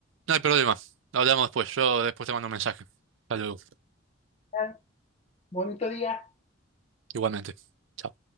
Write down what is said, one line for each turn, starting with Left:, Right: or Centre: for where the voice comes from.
Right: no hay problema. Hablamos después. Yo después te mando un mensaje. Hasta luego,
Left: Ah, bonito día.
Right: igualmente. Chao.